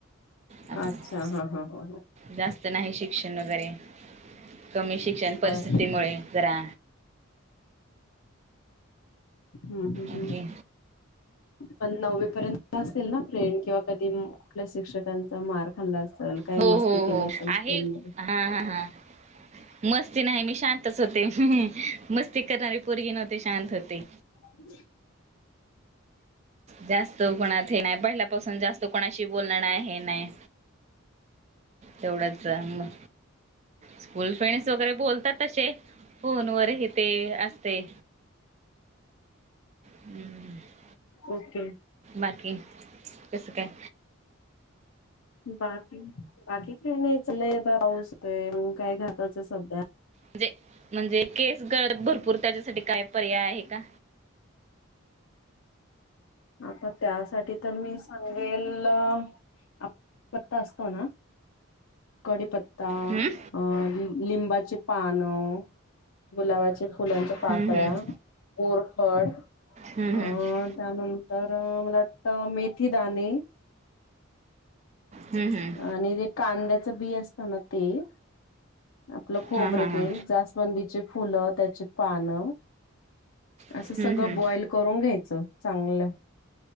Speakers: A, on the right; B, on the left.
A: असं
B: अच्छा! ! हा हा हा.
A: जास्त नाही शिक्षण वगैरे, कमी शिक्षण
B: बर
A: परिस्थितीमुळे जरा.
B: हम् हम्
A: ओके
B: हम् पण नववी पर्यंत असतील ना फ्रेंड्स किंवा कधी कुठल्या शिक्षकांचा मार खाल्ला असेल, काही
A: हो
B: मस्ती
A: हो
B: केली
A: हो
B: असल स्कूलमध्ये.
A: आहे हा हा हा! ! मस्ती नाही मी शांत तसं ते मस्ती करणारी पोरगी नव्हते शांत होते.
B: <inaudible>
A: जास्त कुणात हे नाही पहिल्यापासून जास्त त कोणाशी बोलणं नाही हे नाही तेवढंच मग. स्कूल फ्रेंड्स वगैरे बोलतात तसे फोन वर हे ते असतय. हम्म
B: ओके.
A: बाकी कस काय
B: बाकी बाकी काय नाही चालय पाऊस येतोय मग काय घालायचं सध्या
A: म्हणजे म्हणजे केस गळत भरपूर त्याच्यासाठी काय पर्याय आहे का
B: आता त्यासाठी तर मी सांगेल कडीपत्ता असतो ना कडीपत्ता
A: हम्म
B: अ लिंब लिंबाचे पानं गुलाबाच्या फुलांच्या पाकळ्या
A: हम्म हम्म
B: कोरफड
A: हम्म
B: अं
A: हम्म
B: त्यानंतर मला मला वाटतं मेथी दाणे
A: हम हम
B: आणि जे कांद्याचं बी असत ना ते आपलं खोबरे
A: हा हा हा
B: तेल जास वंदी चे फुल त्याची पानं असं
A: हम्म
B: सगळं
A: हम्म
B: बॉईल करून करून घ्यायच चांगलं